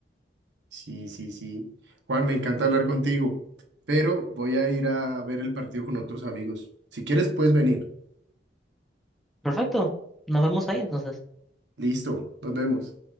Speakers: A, on the right; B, in the centre.
A: Sí, sí, sí. Juan, me encanta hablar contigo, pero voy a ir a ver el partido con otros amigos. Si quieres, puedes venir.
B: Perfecto. Nos vemos ahí entonces.
A: Listo, nos vemos.